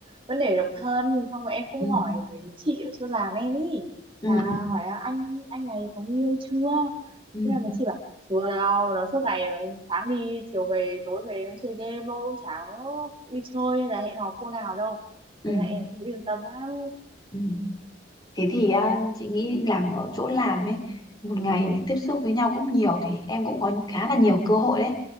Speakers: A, on the right; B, on the left.
A: vấn đề độc thân xong rồi em cũng
B: ừ,
A: hỏi mấy cái chị ở chưa làm em ý
B: ừ,
A: là
B: ừ,
A: hỏi là anh anh này có người yêu chưa
B: ừ,
A: thế là mấy chị bảo chưa đâu nó suốt ngày sáng đi chiều về tối về nó chơi game thôi cũng chả có đi chơi hay là hẹn hò cô nào đâu
B: ừ.
A: thế là em cũng yên tâm lắm
B: ừ. Thế thì à, chị nghĩ làm ở chỗ làm ấy, một ngày tiếp xúc với nhau cũng nhiều thì em cũng có khá là nhiều cơ hội đấy.